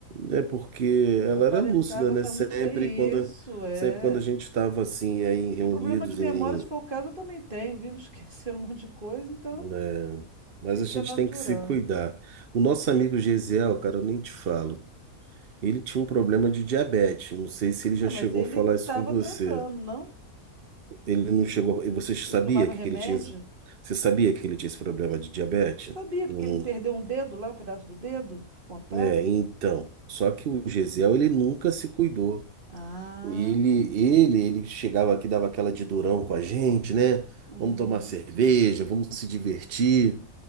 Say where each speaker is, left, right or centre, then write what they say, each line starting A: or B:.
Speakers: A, on the right; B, on the right.
A: É porque ela
B: Aparentava
A: era lúcida, né?
B: estar
A: Sempre
B: muito bem.
A: quando,
B: Isso, é.
A: sempre quando a gente estava assim, aí
B: Porque
A: reunidos
B: problema de memória,
A: em,
B: se for o caso, eu também tenho. Vivo <laughs> esquecendo um monte de coisa, então
A: né? Mas
B: isso
A: a gente
B: é natural.
A: tem que se cuidar. O nosso amigo Gesiel, cara, eu nem te falo. Ele tinha um problema de diabetes. Não sei se ele já
B: Não,
A: chegou
B: mas ele
A: a falar
B: estava
A: isso com você.
B: tratando, não?
A: Ele não chegou. E você sabia
B: Ele tomava
A: que
B: remédio?
A: ele tinha. esse- Você sabia que ele tinha esse problema de diabetes?
B: Sabia, porque
A: Eu
B: ele não perdeu um dedo lá, um pedaço do dedo que contaram?
A: não- É, então. Só que o Gesiel, ele nunca se cuidou.
B: Ah,
A: Ele,
B: tá.
A: ele, ele chegava aqui, dava aquela de durão com a gente, né?
B: Uhum.
A: Vamos tomar cerveja, vamos se divertir.